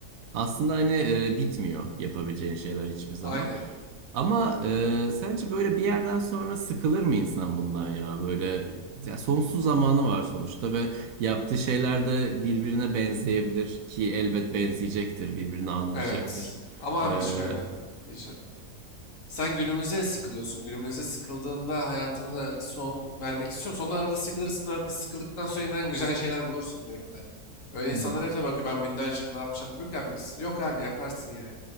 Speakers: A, on the right; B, on the left.
A: aslında hani e, bitmiyor yapabileceğin şeyler hiçbir zaman.
B: Aynen.
A: Ama e, sence böyle bir yerden sonra sıkılır mı insan bundan ya? Böyle ya sonsuz zamanı var sonuçta ve yaptığı şeyler de birbirine benzeyebilir ki elbet benzeyecektir, birbirini andıracaktır.
B: Evet. Ama
A: E,
B: abi
A: hı,
B: şöyle diyeceğim. Sen günümüze sıkılıyorsun. Günümüze sıkıldığında hayatına son vermek istiyorum. Sonra arada sıkılırsın, arada sıkıldıktan sonra yeniden güzel şeyler bulursun diyorum ben. Öyle insanlar
A: hı,
B: hep tabii bakıyor ben binlerce yıl ne yapacağım diyor ki abi. Yok abi yaparsın yani.